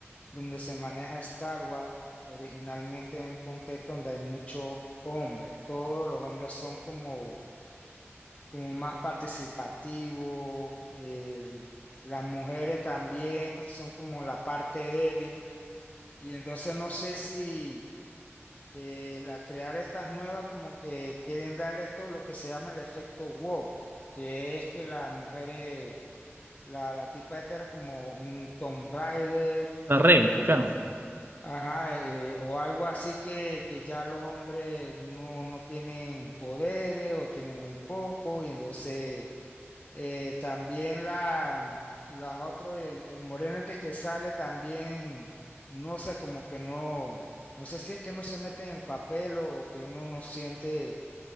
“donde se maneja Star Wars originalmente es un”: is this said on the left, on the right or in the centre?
Left